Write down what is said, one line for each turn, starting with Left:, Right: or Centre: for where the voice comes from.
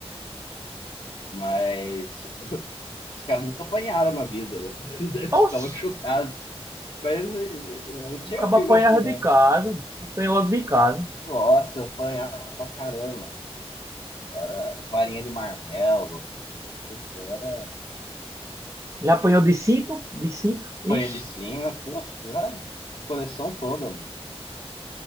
Left: Mas os caras nunca apanharam na vida, né? <laughs> Eles
Right: Oxi,
Left: ficavam chocados. Mas eh, eu tinha
Right: o cabo
Left: amigo
Right: apanhava
Left: assim,
Right: de
Left: né?
Right: casa. Apanhei logo de casa.
Left: Nossa, eu apanhava pra caramba. Era varinha de marmelo. Putz, era
Right: Já apanhou de cinto? De cinto? Ixi.
Left: panha de cinto. Oxe, Já, coleção toda, mano.